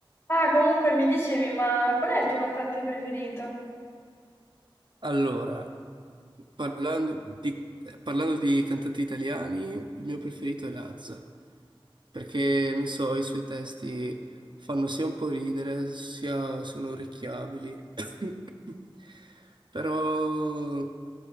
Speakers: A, on the left; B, on the right.
A: Ah, comunque mi dicevi, ma qual è il tuo cantante preferito?
B: Allora, parlando di, eh, parlando di cantanti italiani, il mio preferito è Lazza, perché non so, i suoi testi fanno sia un po' ridere, sia sono orecchiabili. <coughs> Però